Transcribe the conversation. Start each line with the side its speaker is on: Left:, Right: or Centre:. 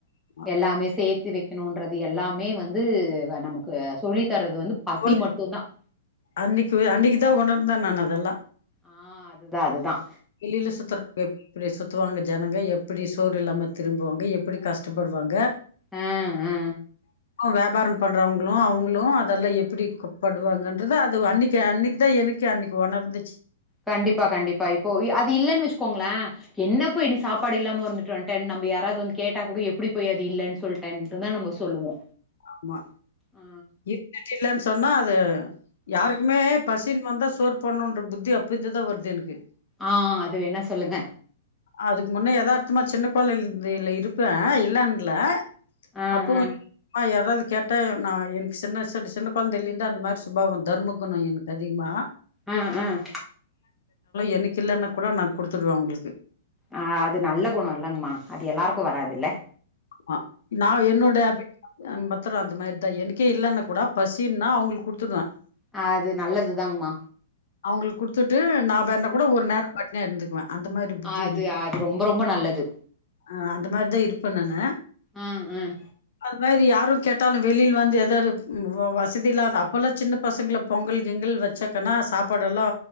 Left: ஆமா
Centre: எல்லாமே சேர்த்து வைக்கணும்ன்றது எல்லாமே வந்து நமக்கு சொல்லி தரது அது வந்து பசி
Left: ஒன்
Centre: மட்டும்்தான்
Left: அன்னைக்கு அன்னைக்கு தான் உணர்ந்தான் நான் அதெல்லாம்
Centre: ஆ அதுதான் அதுதான்
Left: வெளியில சத்த ஜனங்கள் எப்படி சோறு இலாம திருபுவாங்க எப்படி கஷ்டபடுவாங்க
Centre: ஆ ஆ
Left: வியாபாரம் பண்றவங்களும் அவங்களும் அதெல்லாம் எப்படிப்படுவாங்கன்றத அது அன்னைக்கு அன்னைக்கு தான் எனக்கு அன்னைக்கு உணர்ந்துச்சு
Centre: கண்டிபா கண்டிபா இப்போ அதி அது இல்யின்னு வச்சுகோங்களே என்ன போயினி சாபாடுயில்லாம வந்துடேடு வடநம்ம யாராவது வந்து கேட்டா கூட எப்படி போய் அது இல்லன்னு சொல்லிட்டே சொல்லுவோ
Left: ஆம்மா
Centre: ஆ
Left: யிருந்துட்டு இலனு சொன்னா ஹ அ யாருக்குமே பசின் வந்தா சோர் பண்ணன்ற புத்தி அப்படிந்துதான் வருது எனக்கு
Centre: ஆஹ் அது வேணா சொல்லுங்க
Left: அதுக்கு முன்னே யதார்த்தமா சின்ன கோள்ளைல இருப்பேன் இல்லான்ல
Centre: ஆ
Left: அப்பவும்மா
Centre: ஆ
Left: யாராவது கேட்ட க நான் எனக்கு சின்ன சின்ன சின்ன குழந்தையில இருந்து அந்த மாதிரி சுபாவம் தர்ம குணம் எனக்கு அதிகமா
Centre: ம் ம்
Left: எனகு யிலனா கூட நா குடுத்துடுவே உங்களுகு
Centre: அஹ் அது நல்ல குணம் இல்லங்கமா அது எல்லாருக்கும் வராதுல்ல
Left: ஆ நாவ என்னோட அப பத்தரும் அந்த மாதிரிதான் எனக்கே இல்லைன்ன கூட பசின்னா அவங்களுக்கு குடுத்துடுவேன்
Centre: ஹ அத்து நல்லதுதாங்மா
Left: அவகளுக்கு குடுத்ட்டு நா வேறன கூட ஒரு நேர பா த இருந்துககுவேன் அந்த மாரி புத்தி
Centre: அது
Left: என்க்
Centre: அது ரொம்ப ரொம்ப நல்லது
Left: ஆ அந்த மாரிதா இருப்பே நானு
Centre: ம் ம்
Left: அது மாரி யாரு கேட்டாலு வெளில் வந்து எதோ இது ம் வ வசதி இல்லாத அப்பல்லா சின்ன பசங்கள பொங்கல் கிங்கள் வச்சாங்கனா சாப் படலா